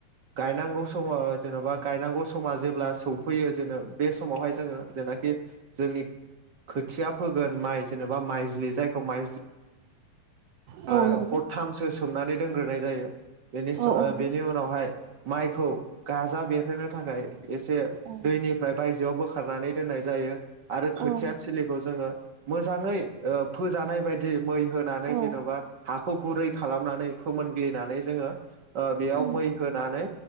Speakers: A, on the right; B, on the right.
A: गायनांगौ समाव जेन'बा गायनांगौ समा जेब्ला सौफैयो जेन बे समावहाय जोङो जेनाखि जोंनि खोथिया फोगोन माइ जेनेबा माइज्लि जायखौ माइज्लि
B: औ
A: आ
B: नंगौ
A: हरथामसो सोमनानै दोनग्रोनाय जायो बेनि सो
B: औ
A: ओ
B: नंगौ
A: बेनि उनावहाय माइखौ गाजा बेरहोनो थाखाय एसे
B: औ
A: दैनिफ्राय बायजोआवबो खारनानै दोननाय जायो आरो खोथिया
B: औ
A: थिलिखौ जोङो मोजाङै ओ फोजानाय बायदि मै होनानै
B: औ नंगौ औ
A: जेनबा हाखौ गुरै खालामनानै फोमोनग्लिनानै जोङो ओ बेयाव
B: उम
A: मै होनानै